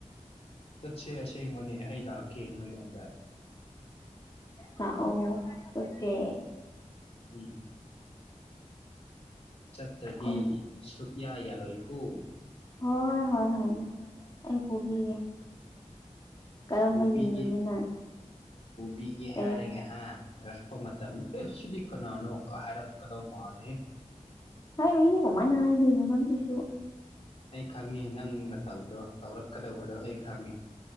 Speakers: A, on the left; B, on the left.
A: ꯆꯠꯁꯦ ꯑꯁꯦꯡꯕꯅꯦ ꯑꯩ ꯂꯥꯛꯀꯦ ꯅꯣꯏꯔꯣꯝꯗ
B: ꯂꯛꯑꯣ ꯆꯠꯁꯦ
A: ꯎꯝ ꯆꯠꯇ꯭ꯔꯗꯤ
B: ꯀꯣꯏ
A: ꯁꯨꯛꯌꯥ ꯌꯥꯔꯣꯏꯀꯣ
B: ꯍꯣꯏ ꯍꯣꯏ ꯍꯣꯏꯅꯦ ꯑꯩ ꯄꯨꯕꯤꯒꯦ ꯀꯔꯝꯕ
A: ꯄꯨꯕꯤꯒꯦ
B: ꯌꯦꯡꯅꯤꯡꯒꯦ ꯅꯪ
A: ꯄꯨꯕꯤꯒꯦ
B: ꯀꯩ
A: ꯍꯥꯏꯔꯒ ꯑ ꯂꯛꯄ ꯃꯇꯝꯗ ꯑꯥ ꯁꯤꯗꯤ ꯀꯅꯥꯅꯣ ꯀꯥꯏ ꯍꯥꯏꯔꯛ ꯀꯗꯧ ꯃꯥꯜꯂꯦꯍꯦ
B: ꯍꯥꯏꯔꯣꯏꯍꯦ ꯀꯃꯥꯏꯅ ꯍꯥꯏꯗꯣꯏꯅꯣ ꯅꯪꯁꯤꯁꯨ
A: ꯑꯩ ꯈꯪꯉꯦ ꯅꯪ ꯅꯇꯧꯗꯣ ꯇꯧꯔꯛꯀꯗꯧꯕꯗꯣ ꯑꯩ ꯈꯪꯉꯦ